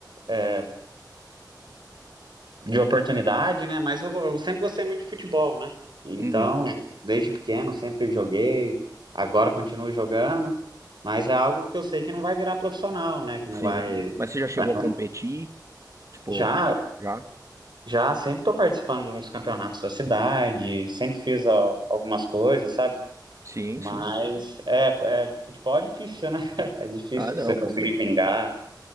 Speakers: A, on the right; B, on the right.
A: é, de oportunidade, né? Mas eu, eu sempre gostei muito de futebol, né? Então,
B: Uhum.
A: desde pequeno, sempre joguei. Agora continuo jogando. Mas é algo que eu sei que não vai virar profissional, né? Que não
B: Sim.
A: vai.
B: Mas você já chegou
A: vai-
B: a competir? Tipo,
A: Já,
B: já?
A: já sempre estou participando de uns campeonatos da cidade, sempre fiz al- algumas coisas, sabe?
B: Sim,
A: Mas
B: sim.
A: é, é, futebol é difícil, né? <laughs> É difícil
B: Ah, não,
A: você conseguir
B: com certeza.
A: vingar.